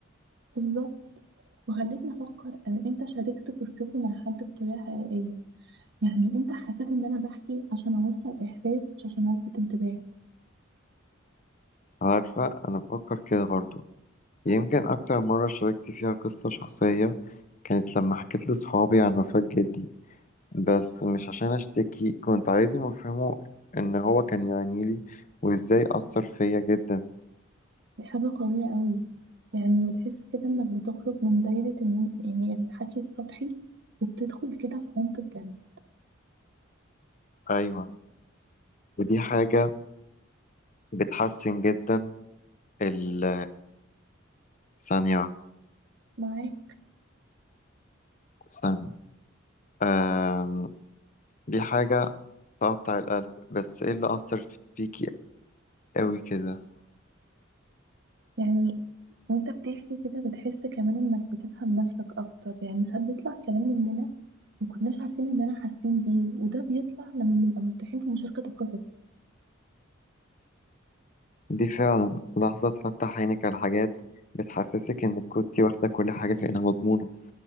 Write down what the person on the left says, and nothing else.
عارفة انا بفكر كده برضو يمكن اكتر مرة شاركت فيها قصة شخصية كانت لما حكيت لصحابي عن وفاة جدي بس مش عشان اشتكي كنت عايزهم يفهموا ان هو كان يعنيلي وازاي أثر فيا جدا
ايوه ودي حاجة بتحسن جدا ال ثانية واحدة
ثانية آم، دي حاجة تقطع القلب بس ايه اللي أثر فيكي قوي كده
دي فعلا لحظة تفتح عينك على حاجات بتحسسك إنك كنت واخدة كل حاجة كأنها مضمونة